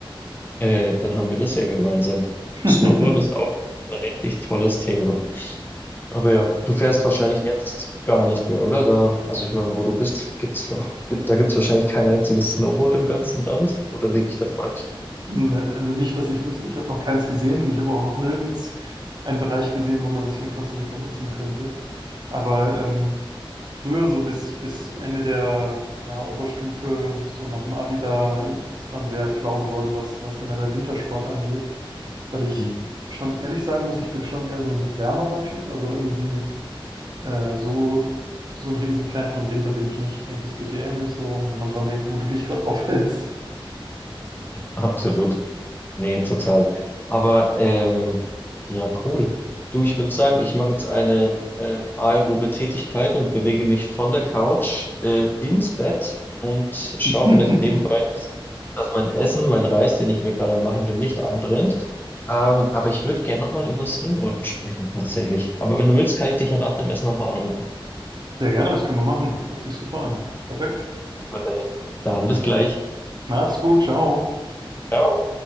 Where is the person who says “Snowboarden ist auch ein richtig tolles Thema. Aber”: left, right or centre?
Left